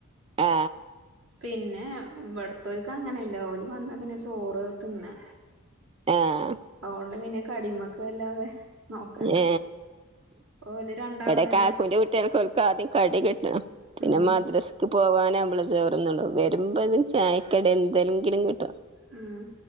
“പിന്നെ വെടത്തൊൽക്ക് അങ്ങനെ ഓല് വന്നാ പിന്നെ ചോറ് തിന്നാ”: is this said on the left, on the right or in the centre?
Right